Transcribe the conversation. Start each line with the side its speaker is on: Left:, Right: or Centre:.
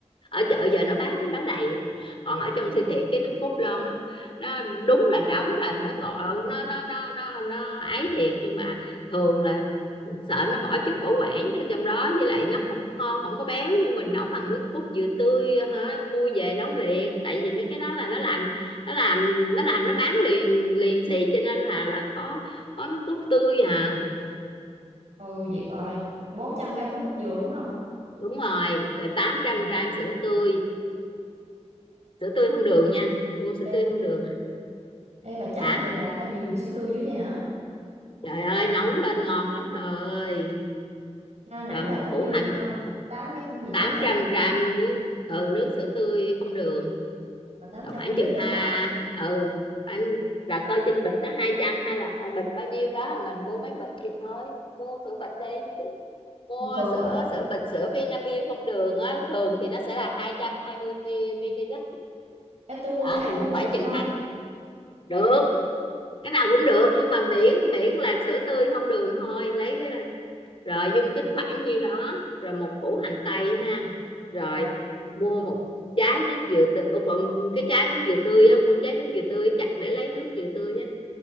Left: ở chợ giờ nó bán cái đó đầy còn ở trong siêu thị cái nước cốt lon nó nó đúng là đóng là nó gọi nó nó nó nó nó ấy thiệt nhưng mà thường là sợ nó bỏ chất bảo quản ở trong đó với lại nó không ngon không có béo nhưng mình nấu bằng nước cốt dừa tươi hả mua về nấu liền tại vì mấy cái đó là nó làm nó làm nó làm nó bán liền liền xì cho nên là là có có nước cốt tươi à
Right: Ừ vậy rồi, 400 gram nước cốt dừa đúng không?
Left: đúng rồi rồi tám trăm
Right: Ừ.
Left: gram sữa tươi sữa tươi không đường nha mua sữa
Right: Ê,
Left: tươi không đường
Right: ê bà chắc
Left: hả
Right: vậy bà tao nhiều sữa tươi dữ vậy hả?
Left: trời ơi nấu lên ngon lắm trời ơi
Right: A, nãy
Left: rồi
Right: bà
Left: một
Right: nói
Left: củ
Right: nhiêu,
Left: hành
Right: ờm, tám mấy gì,
Left: tám
Right: tám trăm
Left: trăm
Right: ml
Left: gram nước ừ, nước sữa tươi không đường
Right: ờ, 800ml,
Left: rồi khoảng chừng ha
Right: đúng không
Left: ừ anh là coi trên bịch nó 200 hay là à, bịch bao nhiêu đó mình mua mấy bịch thì thôi mua sữa bịch đi mua
Right: Bình thường
Left: sữa
Right: mà
Left: sữa bịch sữa Vinamilk không đường á thường thì nó sẽ là 220 ml
Right: ê, tui mua
Left: đó
Right: TH
Left: mình
Right: chưa
Left: mua
Right: miêu
Left: khoảng
Right: được
Left: chừng
Right: không
Left: hai được cái nào cũng được nhưng mà miễn miễn là sữa tươi không đường thôi lấy cái là rồi dung tích khoảng nhiêu đó rồi một củ hành tây ha rồi
Right: Rồi,
Left: mua một trái nước dừa tươi ừ, cái trái nước dừa tươi á mua trái nước dừa tươi chặt để lấy nước dừa tươi á